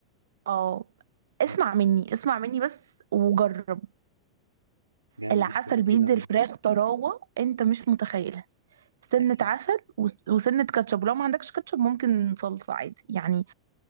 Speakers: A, on the right; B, on the right.
A: اه اسمع
B: جامد
A: مني اسمع مني بس وجرب
B: جامد
A: العسل
B: لا، أكيد
A: بيدي
B: برضه
A: الفراخ طراوه انت مش متخيلها سنة
B: أكيد
A: عسل و- وسنة كاتشب لو ما عندكش كاتشب ممكن صلصة عادي يعني